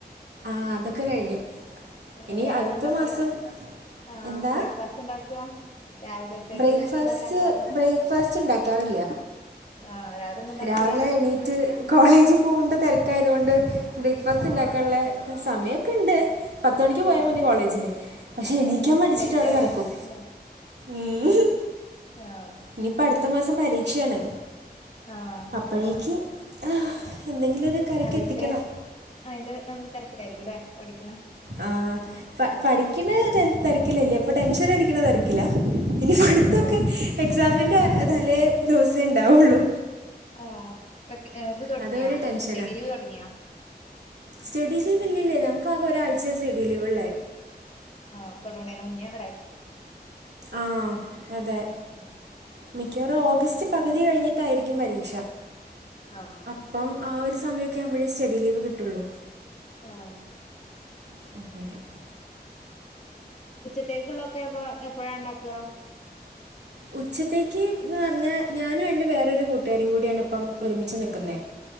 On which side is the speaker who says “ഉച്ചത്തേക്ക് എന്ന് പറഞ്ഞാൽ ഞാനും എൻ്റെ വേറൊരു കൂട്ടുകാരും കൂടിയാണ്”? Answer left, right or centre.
Right